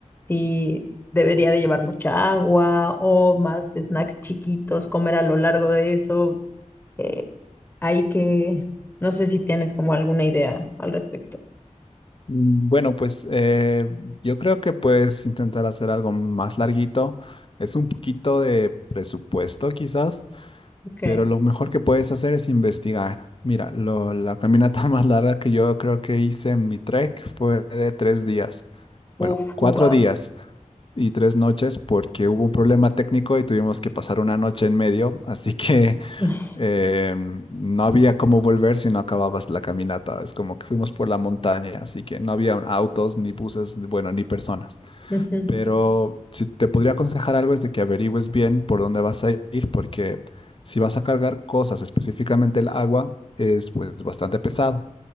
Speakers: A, on the left (about 15°); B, on the left (about 45°).
A: si debería de llevar mucha agua o más snacks chiquitos, comer a lo largo de eso. Eh, hay que, no sé si tienes como alguna idea al respecto.
B: Mm, Bueno, pues eh, yo creo que puedes intentar hacer algo más larguito. Es un poquito de presupuesto quizás,
A: Ok.
B: pero lo mejor que puedes hacer es investigar. Mira, lo- la caminata <laughs> más larga que yo creo que hice en mi trek fue de tres días.
A: Uf,
B: Bueno, cuatro
A: wow.
B: días y tres noches porque hubo un problema técnico y tuvimos que pasar una noche en medio. Así que
A: <laughs>
B: eh, no había cómo volver si no acababas la caminata. Es como que fuimos por la montaña, así que no había autos, ni buses, ni- bueno, ni personas.
A: Ujú,
B: Pero si te podría aconsejar algo es de que averigües bien por dónde vas a ir, porque si vas a cargar cosas, específicamente el agua, es pues bastante pesado.